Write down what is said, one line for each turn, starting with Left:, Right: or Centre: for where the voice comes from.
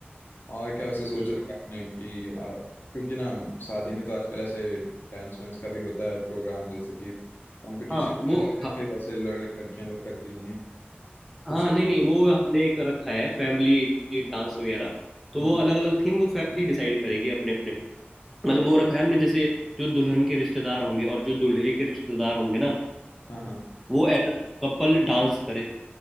Left: और क्या वैसे सोच
Centre: हम्म
Left: रखा है आपने कि आ, क्योंकि ना शादी में तो आजकल ऐसे डांस वांस का भी होता है प्रोग्राम जैसे कि कंपटीशन
Centre: हाँ वो
Left: कह लो या
Centre: हाँ
Left: फिर ऐसे लड़- लड़कियां लोग करती हैं तो
Centre: हाँ,
Left: उस-
Centre: नहीं नहीं वो हमने एक रखा है फैमिली डांस वगैरह तो
Left: हम्म,
Centre: वो अलग अलग थीम वो फैमिली डिसाइड करेगी अपने अपने मतलब
Left: हाँ
Centre: वो रखा है हमने जैसे जो दुल्हन के रिश्तेदार होंगे और जो दूल्हे के रिश्तेदार होंगे ना
Left: हाँ हाँ
Centre: वो एज अ कपल डांस करे